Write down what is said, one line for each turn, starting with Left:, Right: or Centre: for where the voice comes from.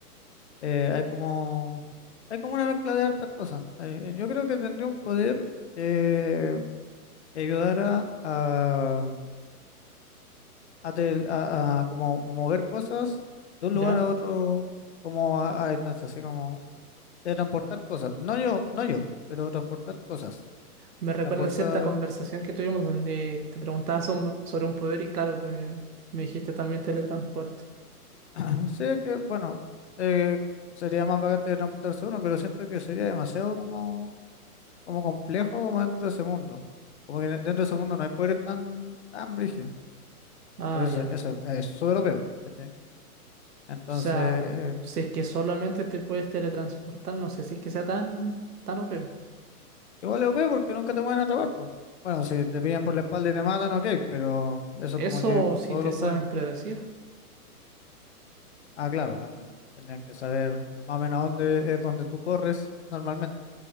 Left: Eh, hay como, hay como una mezcla de hartas cosas. Eh, yo creo que tendría un poder eh, que ayudara a, a, tel- a- a como mover cosas de un
Right: ¿ya?
Left: lugar a otro como a, a distancia, así como de transportar cosas. No yo, no yo, pero transportar cosas.
Right: Me recuerda
Left: Transportar,
Right: cierta conversación que tuvimos donde te preguntabas som- sobre un poder y claro, me, me dijiste también teletransporte.
Left: <clears throat> sí que, bueno, eh, sería más bacán de transportarse uno, pero siento que sería demasiado como, como complejo como dentro de ese mundo. Como que dentro de ese mundo no hay poderes tan, tan brígidos,
Right: Ah,
Left: porque eso,
Right: ya.
Left: eso es súper OP, ¿cachai? Entonces,
Right: O sea, si es que solamente te puedes teletransportar, no sé si es que sea tan, tan OP.
Left: Igual es OP porque nunca te pueden atrapar, po. Bueno, si te pillan por la espalda y te matan, ok, pero eso
Right: Eso
Left: como que con
Right: sí
Left: todos
Right: te
Left: los
Right: saben
Left: poderes.
Right: predecir,
Left: Ah, claro, también. Tendrían que saber más o menos a dónde es donde tú corres normalmente.